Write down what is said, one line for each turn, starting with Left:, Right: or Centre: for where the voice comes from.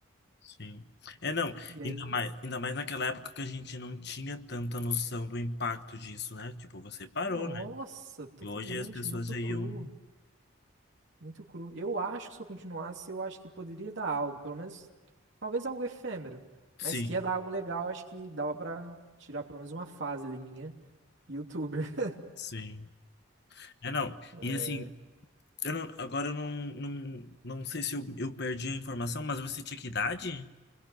Left: Sim. É, não,
Right: E aí,
Left: ainda mais, ainda mais naquela época que a gente não tinha tanta noção do impacto disso, né? Tipo, você parou,
Right: nossa,
Left: né?
Right: totalmente
Left: E hoje as pessoas
Right: muito
Left: já
Right: cru.
Left: iam.
Right: Muito cru. Eu acho que se eu continuasse, eu acho que poderia dar algo, pelo menos, talvez algo efêmero,
Left: Sim,
Right: mas que ia dar algo legal, acho que dava pra tirar pelo menos uma fase ali minha, youtuber. <laughs>
Left: sim. É, não.
Right: É,
Left: E assim, eu não- agora eu não, não, não sei se eu, eu perdi a informação, mas você tinha que idade?